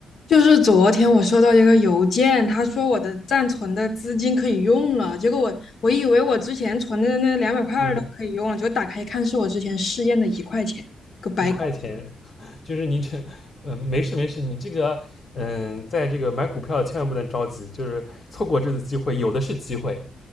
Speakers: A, on the left; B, on the left.
A: 就是昨天我收到一个邮件，他说我的暂存的资金可以用了，结果我我以为我之前存的那两百块儿都可以用了，
B: 嗯，
A: 结果打开一看是我之前试验的一块钱，个白搞。
B: 一块钱，<laughs> 就是你这，嗯，没事没事，你这个，嗯，在这个买股票千万不能着急，就是错过这次机会，有的是机会，